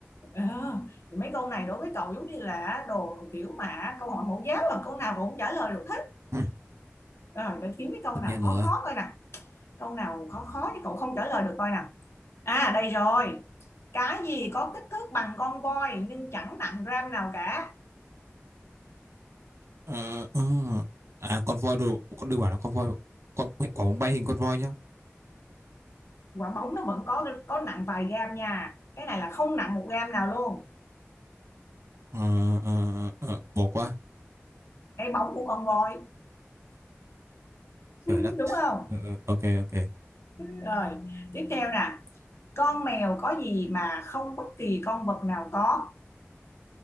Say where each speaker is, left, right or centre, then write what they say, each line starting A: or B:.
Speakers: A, on the left; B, on the right.
A: Ờ, thì mấy câu này đối với cậu giống như là đồ kiểu mà câu hỏi mẫu giáo là câu nào cậu cũng trả lời được hết.
B: <laughs>
A: Rồi, để kiếm cái câu
B: tất
A: nào
B: nhiên
A: khó
B: rồi
A: khó coi nè. câu nào khó khó chứ cậu không trả lời được coi nào à đây rồi cái gì có kích thước bằng con voi nhưng chẳng nặng gram nào cả
B: Ờ, ờ. à con voi đồ con đừng bảo là con voi con quả bóng bay hình con voi nhá
A: quả bóng nó vẫn có có nặng vài gram nha cái này là không nặng một gram nào luôn
B: ờ, ờ, ờ, bỏ qua
A: cái bóng của con voi <laughs>
B: trời đất
A: đúng không
B: ờ, ờ, ok ok
A: rồi tiếp theo nè con mèo có gì mà không bất kỳ con vật nào có